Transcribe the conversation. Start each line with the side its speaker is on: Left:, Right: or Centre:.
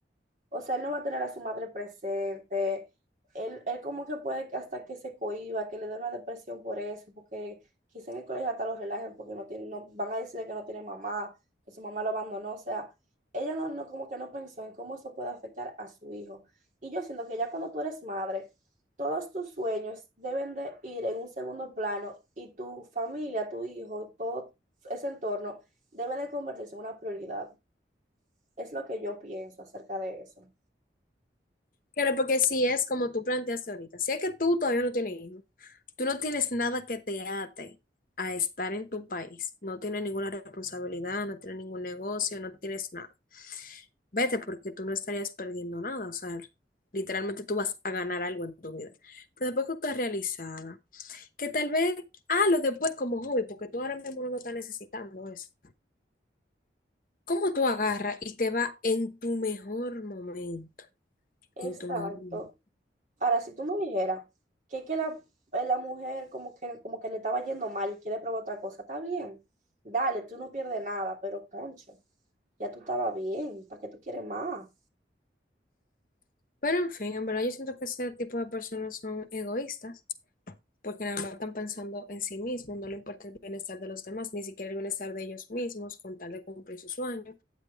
Right: O sea, él no va a tener a su madre presente. Él, él como que puede que hasta que se cohiba, que le dé una depresión por eso, porque quizá en el colegio hasta lo relajen porque no tiene, no, van a decir que no tiene mamá, que su mamá lo abandonó. O sea, ella no, no como que no pensó en cómo eso puede afectar a su hijo. Y yo siento que ya cuando tú eres madre, todos tus sueños deben de ir en un segundo plano y tu familia, tu hijo, todo ese entorno debe de convertirse en una prioridad. Es lo que yo pienso acerca de eso.
Left: Claro, porque si es como tú planteaste ahorita, si es que tú todavía no tienes hijo, Tú no tienes nada que te ate a estar en tu país. No tienes ninguna responsabilidad, no tienes ningún negocio, no tienes nada. Vete porque tú no estarías perdiendo nada. O sea, literalmente tú vas a ganar algo en tu vida. Pero después que tú estás realizada, que tal vez, ah, lo después como hobby, porque tú ahora mismo no lo estás necesitando eso. ¿Cómo tú agarras y te va en tu mejor momento?
Right: Exacto.
Left: En tu mejor momento.
Right: Ahora, si tú me dijeras que, que la, eh, la mujer como que, como que le estaba yendo mal y quiere probar otra cosa, está bien. Dale, tú no pierdes nada, pero concho, ya tú estabas bien, ¿para qué tú quieres más?
Left: Pero en fin, en verdad yo siento que ese tipo de personas son egoístas. porque nada más están pensando en sí mismos, no le importa el bienestar de los demás, ni siquiera el bienestar de ellos mismos con tal de cumplir sus sueños